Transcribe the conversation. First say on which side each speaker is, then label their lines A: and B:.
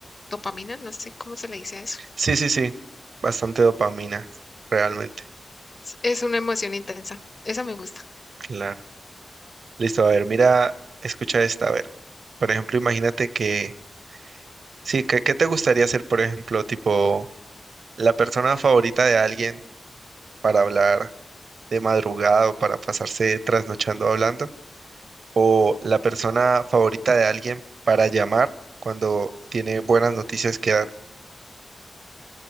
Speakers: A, on the left; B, on the right.
A: dopamina, no sé cómo se le dice a eso.
B: Sí, sí, sí, bastante dopamina, realmente,
A: Es es una emoción intensa, esa me gusta.
B: claro. Listo, a ver, mira, escucha esta, a ver. Por ejemplo, imagínate que, sí, ¿qué, qué te gustaría ser, por ejemplo, tipo, la persona favorita de alguien para hablar de madrugada o para pasarse trasnochando hablando? o la persona favorita de alguien para llamar cuando tiene buenas noticias que dar.